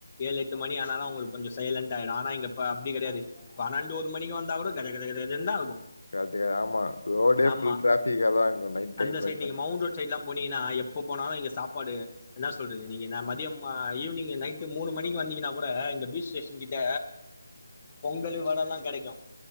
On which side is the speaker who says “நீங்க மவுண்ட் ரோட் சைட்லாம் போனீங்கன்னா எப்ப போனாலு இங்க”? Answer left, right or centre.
Left